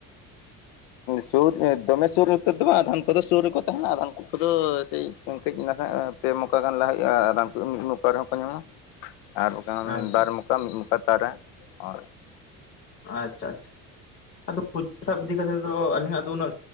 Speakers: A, on the left; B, on the left.
A: ᱥᱩᱨ ᱫᱚᱢᱮ ᱥᱩᱨ ᱩᱛᱟᱹᱨ ᱫᱚ ᱵᱟᱝ ᱟᱫᱷᱟᱱ ᱠᱚᱫᱚ ᱥᱩᱨ ᱨᱮᱠᱚ ᱛᱟᱦᱮᱱᱟ ᱟᱫᱷᱟᱱ ᱠᱚᱫᱚ ᱥᱮᱭ <unintelligible> ᱠᱟᱹᱡ ᱱᱟᱥᱮ ᱯᱮ ᱢᱚᱠᱟ ᱜᱟᱱ ᱞᱟᱦᱟ ᱦᱩᱭᱩᱜᱼᱟ ᱨᱟᱱ ᱠᱚ ᱢᱤᱫ ᱢᱚᱠᱟ ᱨᱮᱦᱚᱸ ᱠᱚ ᱧᱟᱢᱚᱜᱼᱟ ᱾ ᱟᱨ <unintelligible>
B: ᱟᱪᱪᱷᱟ
A: ᱵᱟᱨ ᱢᱚᱠᱟ ᱢᱤᱫ ᱢᱚᱠᱟ ᱛᱟᱨᱟ ᱟᱨ
B: ᱟᱪᱪᱷᱟ ᱟᱪᱪᱷᱟ ᱾ ᱟᱫᱚ <unintelligible> ᱥᱟᱵ ᱤᱫᱤ ᱠᱟᱛᱮᱫ ᱫᱚ ᱟᱹᱞᱤᱧᱟᱜ ᱫᱚ ᱩᱱᱟᱹᱜ